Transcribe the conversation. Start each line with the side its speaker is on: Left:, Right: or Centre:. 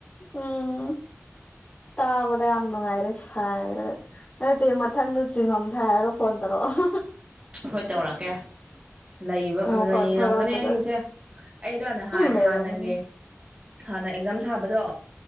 Left: ꯎꯝ ꯇꯥꯕꯗ ꯌꯥꯝ ꯅꯨꯡꯉꯥꯏꯔꯦ ꯁꯥꯏꯔꯒ ꯅꯠꯇꯦ ꯃꯊꯪꯗ ꯆꯤꯡꯉꯝꯁꯦ ꯍꯥꯏꯔꯒ ꯐꯣꯟ ꯇꯧꯔꯛꯑꯣ
Right: ꯍꯣꯏ ꯇꯧꯔꯛꯀꯦ ꯂꯩꯕ
Left: ꯃꯈꯣꯟ
Right: ꯂꯩꯔꯝꯒꯅꯤ
Left: ꯊꯣꯛꯂꯛꯑꯒ
Right: ꯑꯩꯁꯦ ꯑꯩꯗꯥ ꯅꯍꯤꯟ
Left: ꯂꯩꯔꯝꯒꯅꯤ
Right: ꯍꯥꯟꯅꯒꯤ ꯍꯥꯟꯅ ꯑꯦꯛꯖꯥꯝ ꯊꯥꯕꯗꯣ